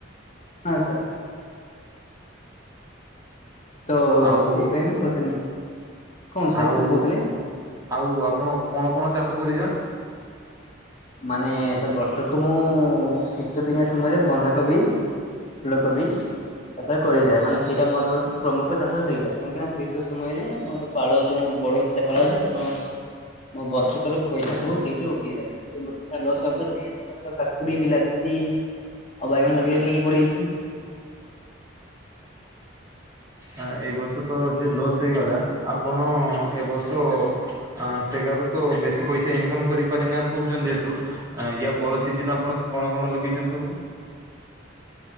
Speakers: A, on the left; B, on the right.
A: ହଁ ସାର୍। ତ
B: ଆଉ
A: ସେଇପାଇଁ ମୁଁ ପଚାରିନି, କଣ ସାର୍
B: ଆଉ
A: ସେ କହୁଥିଲେ?
B: ଆଉ ଆପଣ କଣ କଣ ଚାଷ କରିଛନ?
A: ମାନେ ସେ ବର୍ଷକୁ ମୁଁ ଶୀତ ଦିନିଆ ସମୟରେ ବନ୍ଧା କୋବି ଫୁଲକୋବି ଚାଷ କରିଥାଏ। ମାନେ, ସେଇଟା ମୋର ହଉଛି ପ୍ରମୁଖ ଚାଷ। ସେଇଟା କାହିଁକିନା ସେଇ ସବୁ ସମୟରେ ମୋର ପାଳ ଯୋଉ ବଡ଼ ସେ ପାଳ ଅଛି, ସେମୟରେ ମୋ ବର୍ଷକର ପଇସା ସବୁ ସେଇଠୁ ଉଠେଇଥାଏ। ଏ ବର୍ଷ ଲସ୍‌ ହବାରୁ ଏ ବର୍ଷ କାକୁଡି, ବିଲାତି ଆଉ ବାଇଗଣ ଲଗେଇବା ପାଇଁ ପଡିଛି।
B: ଏ ବର୍ଷ ତ ଯେ ଲସ୍ ହେଇଗଲା, ଆପଣ ଏ ବର୍ଷ ସେଗାରୁ ତ ବେଶୀ ପଇସା ଇନକମ୍ କରିପାରିନାନ୍ତି କହୁଛନ୍ତି ଯେହେତୁ। ୟା ପର ସିଜିନ୍ ଆପଣ କଣ କଣ ଲଗେଇଛନ୍ତି ସବୁ?